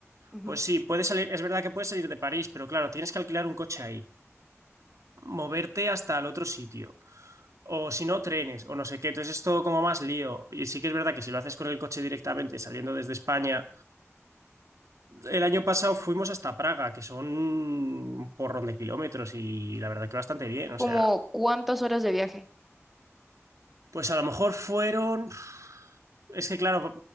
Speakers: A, in the centre; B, on the right.
A: Ujú.
B: pues sí, puedes salir, es verdad que puedes salir de París, pero claro, tienes que alquilar un coche ahí, moverte hasta el otro sitio o si no, trenes, o no sé qué. Entonces es todo como más lío. Y sí que es verdad que si lo haces con el coche directamente saliendo desde España, el año pasado fuimos hasta Praga, que son un porrón de kilómetros y la verdad que bastante bien. O
A: Como
B: sea,
A: cuántas horas de viaje.
B: pues a lo mejor fueron... Es que claro,